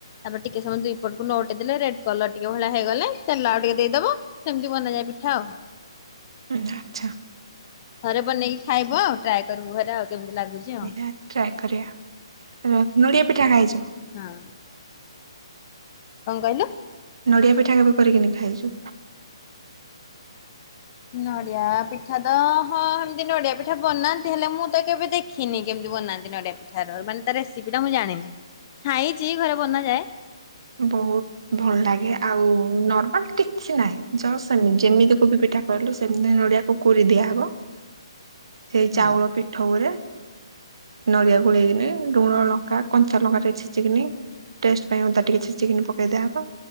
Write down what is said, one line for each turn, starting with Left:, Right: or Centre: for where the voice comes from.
Left: ତାପରେ ଟିକେ ସମୟ ଦୁଇପଟକୁ ନଉଟେଇ ଦେଲେ ରେଡ୍ କଲର ଟିକେ ଭଳିଆ ହେଇଗଲେ ତେଲ ଆଉ ଟିକେ ଦେଇଦବ। ସେମିତି ବନାଯାଏ ପିଠା ଆଉ
Right: ହୁଁ ଆଚ୍ଛା
Left: ଥରେ ବନେଇକି ଖାଇବ ଆଉ ଟ୍ରାଏ କରିବୁ ଘରେ ଆଉ କେମିତି ଲାଗୁଛି? ଆଉ
Right: ଆ ଟ୍ରାଏ କରିବା ନ ନଡ଼ିଆ ପିଠା ଖାଇଛ?
Left: ହଁ। କଣ କହିଲୁ?
Right: ନଡ଼ିଆ ପିଠା କେବେ କରିକିନି ଖାଇଚ?
Left: ନଡ଼ିଆ ପିଠା ତ ହଁ ହେମିତି ନଡ଼ିଆ ପିଠା ବନାନ୍ତି ହେଲେ ମୁଁ ତ କେବେ ଦେଖି ଖିନି କେମିତି ବନାନ୍ତି ନଡ଼ିଆ ପିଠାର ମାନେ ତା ରେସିପି ଟା ମୁଁ ଜାଣିନି ଖାଇଛି ଘରେ ବନାଯାଏ।
Right: ବହୁତ ଭଲ ଲାଗେ ଆଉ ନର୍ମାଲ କିଛି ନାହିଁ ଜସ ସେମିତି ଯେମିତି କୋବି ପିଠା। କହିଲୁ ସେମିତି ନଡ଼ିଆକୁ କୋରି ଦିଆହବ ସେଇ
Left: ହୁଁ
Right: ଚାଉଳ ପିଠଉରେ ନଡ଼ିଆ ଗୋଳେଇକିନି ଲୁଣ ଲଙ୍କା କଞ୍ଚା ଲଙ୍କା ଟିକେ ଛେଚିକିନି ଟେଷ୍ଟ ପାଇଁ ଅଦା ଟିକେ ଛେଚିକିନୀ ପକେଇ ଦିଆହବ।